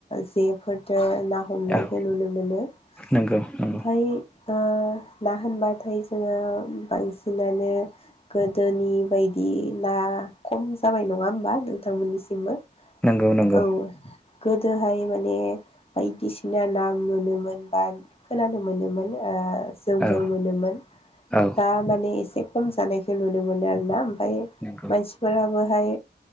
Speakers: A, on the left (about 35°); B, in the centre.
A: जेफोरजों ना हमनायखौ
B: औ
A: नुनो मोनो ओमफ्राय।
B: नंगौ नंगौ
A: ना होनबाथाय जोङो बांसिन नानो गोदोनि बायदि ना खम जाबाय नङा होमबा। नोंथांमोननिसिमबो
B: नंगौ नंगौ
A: औ गोदोहाय माने बायदिसिना ना मोनोमोन बा खोनानो मोनोमोन ओ। जोंबो
B: औ
A: मोनोमोन
B: औ
A: दा माने एसे खम जानायखौ नुनो मोनो आरोना। ओमफाय
B: नंगौ
A: मानसिफोराबोहाय